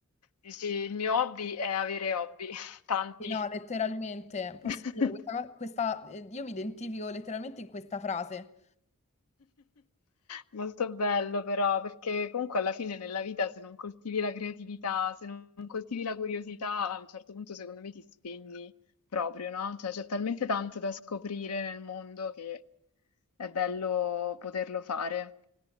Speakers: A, on the left; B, on the left.
A: Eh Sì, il mio hobby è avere hobby, <laughs> tanti.
B: Sì, no, letteralmente, posso
A: <laughs>
B: dire, questa, co- questa- eh, io mi identifico letteralmente in questa frase.
A: Molto bello però, perché comunque alla fine nella vita se non coltivi la creatività, se non coltivi la curiosità, a un certo punto secondo me ti spegni proprio, no? Cioè c'è talmente tanto da scoprire nel mondo che è bello poterlo fare,